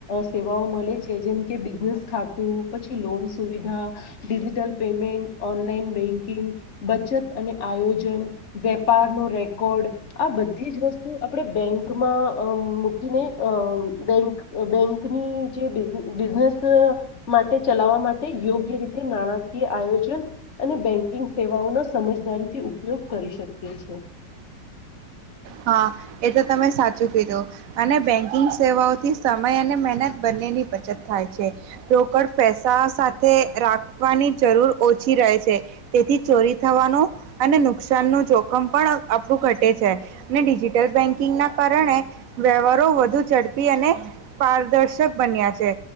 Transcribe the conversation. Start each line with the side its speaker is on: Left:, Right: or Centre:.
Left: સેવાઓ મળે જે બ ખાતું પછી લોન સુવિધાિિટલ પેમેન્ટ ઓનલાન બચત અને આયોજન વેપારનો રેકોર્ડ આ બધી જ વસ્તુ આપણે બેંકમાં મૂકીને બેક બેંકની જે બિઝનેસ માટે ચલાવવા માટે યોગ્ય રી નાણાકીય આયોજન અને બેન્કિંગ સેવાઓનો સમજદારીથી ઉપયોગ કરી શકીએ છે
Right: હા એ તો તમે સાચું કીધું અને બેંકિંગ સેવાઓથી સમય અને મહેનત બંનેની પ થાય છે રોકડ પેસા સાથે રાખવાની જરૂર ઓછી રહે છે તેથી ચોરી થવાનું અને નુકસાન ન જોખમ પણ આપણું ઘટે છે અને ડિજિટલ બેન્કિંગના કારણે વ્યવહારો વધુ ઝડપી અને પારદર્શક બન્યા છે